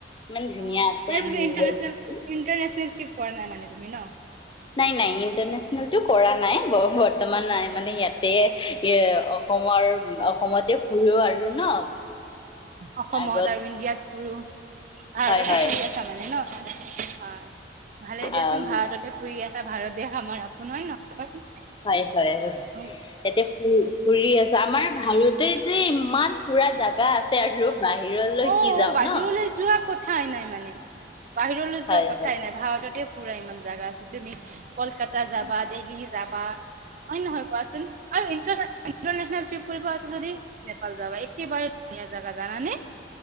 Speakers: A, on the left; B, on the right.
A: ইমান ধুনীয়া
B: অ
A: আছে
B: মানে
A: আমাৰ
B: তুমি
A: ইণ্ডিয়া
B: ইণ্টাৰনেচনেল
A: গেটতো।
B: ইণ্টাৰনেচনেল ট্ৰিপ কৰা নাই মানে তুমি ন?
A: নাই নাই ইণ্টাৰনেচনেলটো কৰা নাই বৰ্তমান নাই মানে ইয়াতে এ অসমৰ, অসমতে ফুৰো আৰু ন?
B: অসমত
A: আগত
B: আৰু ইণ্ডিয়াত ফুৰো। ভাৰততে
A: হয় হয়
B: ফুৰি আছা মানে ন? হয়, ভালেই দিয়াচোন
A: আম
B: ভাৰততে ফুৰি আছা ভাৰত দেশ আমাৰ আপোন হয়ন নহয়? কোৱাচোন।
A: হয় হয়,
B: আমি-
A: এতিয়া উম, ফুৰি আছো আমাৰ ভাৰতে যে ইমান ফুৰা জাগা আছে আৰু। বাহিৰলৈ
B: অ
A: কি যাওঁ‌
B: বাহিৰলৈ
A: ন?
B: যোৱা কথাই নাই মানে, বাহিৰলৈ যোৱা
A: হয়
B: কথাই
A: হয়
B: নাই ভাৰততে ফুৰা ইমান জেগা আছে, তুমি কলকাতা যাবা, দিল্লী যাবা হয় নহয় কোৱাচোন? আৰু ইন্টাৰ ইণ্টাৰনেচনেল ট্ৰিপ কৰিব আছে যদি নেপাল যাবা, একেবাৰে ধুনীয়া জাগা, জানানে?